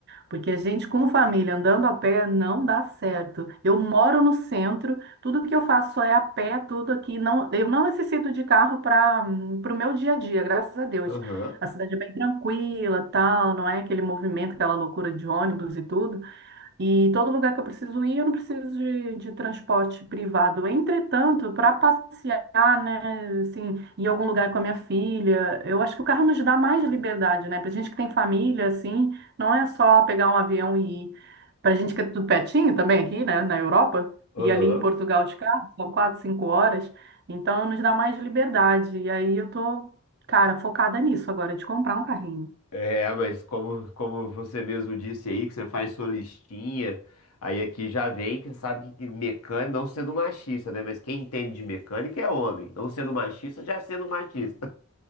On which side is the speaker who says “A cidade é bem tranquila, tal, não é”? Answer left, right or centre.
Right